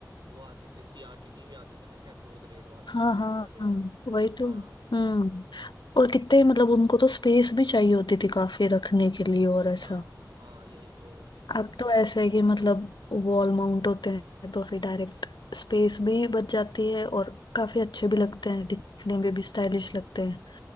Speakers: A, on the right (about 90°); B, on the left (about 80°).
A: वो आते थे सीआरटी टीवी आते थे ना कैथोड रेड वाले
B: हाँ
A: रेज
B: हाँ
A: वाले
B: हाँ, वही
A: हाँ
B: तो हम्म और कितने मतलब उनको तो स्पेस भी चाहिए होती थी काफी रखने के लिए और ऐसा
A: हाँ हाँ यही तो
B: अब तो ऐसा है कि मतलब वॉल माउंट होते हैं तो फिर डायरेक्ट स्पेस भी बच जाती है और काफी अच्छे भी लगते हैं दिखने में भी स्टाइलिश लगते हैं